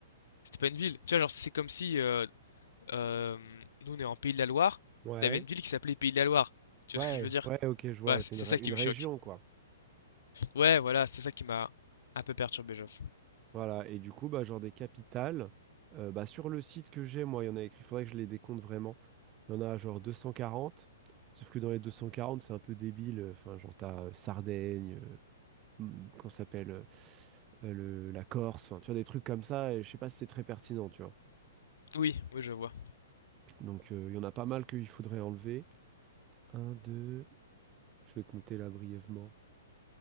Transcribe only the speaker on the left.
c'était pas une ville. Tu vois, genre, c'est comme si euh, euh, nous, on est en Pays de la Loire,
t'avais une ville qui s'appelait Pays de la Loire. Tu
vois ce que je veux dire?
Voilà,
c'est
c'est
ça qui
me
choque.
Ouais, voilà, c'est ça qui m'a un peu perturbé, j'avoue.
Oui, oui, je vois.